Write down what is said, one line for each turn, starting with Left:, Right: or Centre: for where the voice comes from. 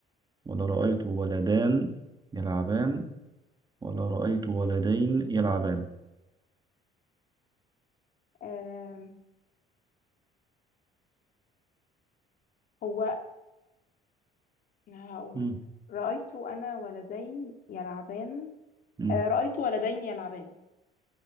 Right: ولا رأيت ولدان يلعبان ولا رأيت ولدين يلعبان
Left: آم، هو هقول
Right: مم.
Left: رأيت أنا ولدين يلعبان
Right: مم.
Left: آه، رأيت ولدين يلعبان